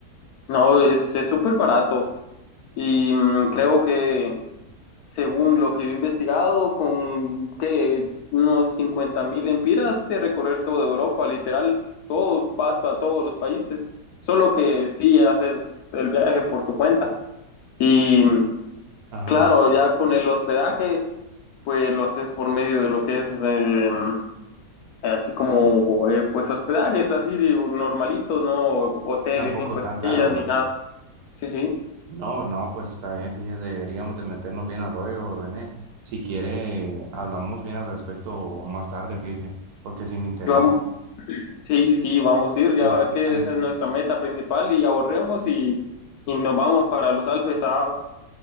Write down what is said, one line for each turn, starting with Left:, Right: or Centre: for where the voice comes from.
Left: no, es es súper barato. Y mm, creo que según lo que he investigado, con que unos 50 mil lempiras te recorres toda Europa, literal, todo, vas para todos los países. Solo que sí haces el viaje por tu cuenta. Y mm,
Right: Ajá,
Left: claro, ya con el hospedaje, pues lo haces por medio de lo que es em, eh, así como eh, pues hospedajes así digo, normalitos, no hoteles
Right: tampoco
Left: cinco
Right: tan
Left: estrellas
Right: caro, ¿verdad?
Left: ni nada. Sí, sí,
Right: No, no, pues está bien, fíjese, deberíamos de meternos bien al rollo, René. Si quiere, hablamos bien al respecto más tarde, fíjese, porque si me interesa.
Left: Y vamos, sí, sí, vamos a ir, ya
Right: Ay,
Left: a ver qué
Right: ay,
Left: es nuestra meta principal y ahorremos y, y nos vamos para los Alpes. Ah,